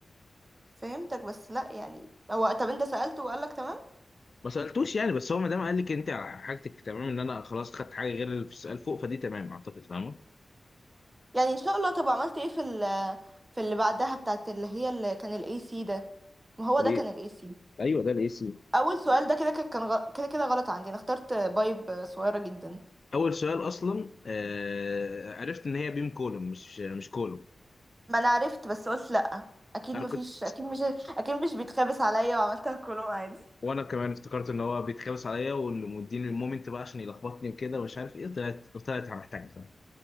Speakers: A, on the right; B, on the left.
A: فهمتك بس لا يعني هو طب انت سألته وقالك تمام
B: ما سالتوش يعني بس هو ما دام قال لك انت على حاجتك تمام ان انا خلاص خدت حاجه غير اللي في السؤال فوق فدي تمام اعتقد فاهمه
A: يعني ان شاء الله طب عملت ايه في ال في اللي بعدها بتاعت اللي هي اللي كان الاي سي ده ما هو
B: ليه
A: ده كان الاي سي
B: ايوه ده الاي سي
A: اول سؤال ده كده كده كان غ- كده كده غلط عندي انا اخترت بايب صغيرة جدا
B: اول سؤال اصلا آه عرفت ان هي بيم كولوم مش مش كولوم
A: ما انا عرفت بس قلت لا اكيد
B: انا
A: مفيش
B: كنت
A: اكيد مش اكيد مش بيتخابس عليا وعملتها كلهم عادي
B: وانا كمان افتكرت ان هو بيتخابس عليا واللي مديني المومنت بقى عشان يلخبطني وكده ومش عارف ايه طلعت طلعت محتاج فاهم